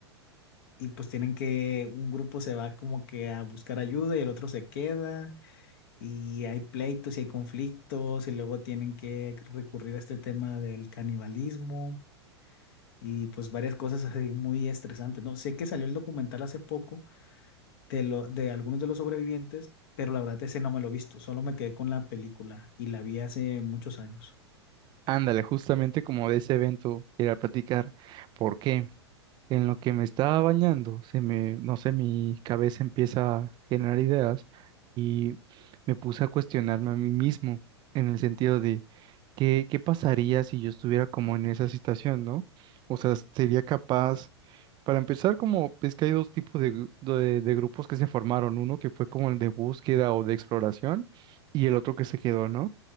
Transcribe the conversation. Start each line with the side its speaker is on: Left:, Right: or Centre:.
Left: y pues tienen que, un grupo se va como que a buscar ayuda y el otro se queda y hay pleitos y hay conflictos y luego tienen que recurrir a este tema del canibalismo y pues varias cosas así muy estresantes, ¿no? Sé que salió el documental hace poco de, lo, de algunos de los sobrevivientes, pero la verdad ese no me lo he visto, solo me quedé con la película y la vi hace muchos años.
Right: Ándale, justamente como de ese evento era platicar, porque en lo que me estaba bañando, se me, no sé, mi cabeza empieza a generar ideas y me puse a cuestionarme a mí mismo en el sentido de ¿Qué, qué pasaría si yo estuviera como en esa situación, ¿no? O sea, sería capaz, para empezar, como es que hay dos tipos de, gru- de, de grupos que se formaron, uno que fue como el de búsqueda o de exploración y el otro que se quedó, ¿no?